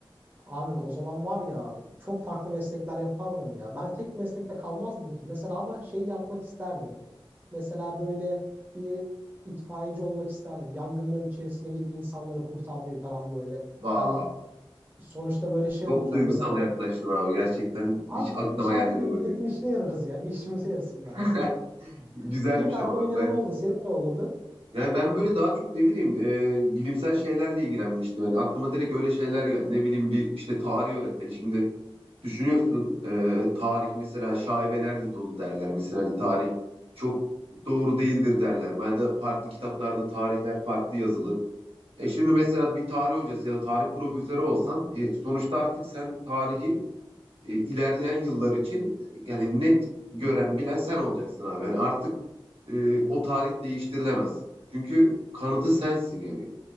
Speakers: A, on the right; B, on the right.
A: Abi o zaman var ya çok farklı meslekler yapardım ya. Ben tek meslekte kalmazdım ki. Mesela ama şey yapmak isterdim. Mesela böyle bir itfaiyeci olmak isterdim. Yangınların içerisine girip insanları kurtarmayı falan böyle.
B: Vay,
A: Hani sonuçta böyle şey
B: çok
A: olacağım
B: duygusal
A: ne derler.
B: yaklaştın abi gerçekten.
A: Abi
B: Hiç aklıma
A: duygusal
B: gelmedi
A: değil de
B: bu.
A: milletin işine yararız ya. Bir işimize yarasın
B: <laughs>
A: bari.
B: Güzelmiş
A: <laughs> İlk aklıma
B: ama bak
A: gelen
B: ben
A: oldu. Senin ne olurdu?
B: Yani ben böyle daha çok ne bileyim e, bilimsel şeylerle ilgilenmiştim. Yani aklıma direkt öyle şeyler geldi. Ne bileyim bir işte tarih öğretmeni. Şimdi düşünüyorsun e, tarih mesela şaibelerle dolu derler. Mesela hani tarih çok doğru değildir derler. Ben de farklı kitaplarda tarihler farklı yazılır. E şimdi mesela bir tarih hocası ya da tarih profesörü olsan e, sonuçta artık sen tarihi e, ilerleyen yıllar için e, yani net gören bilen sen olacaksın abi. Yani artık e, o tarih değiştirilemez. Çünkü kanıtı sensin yani.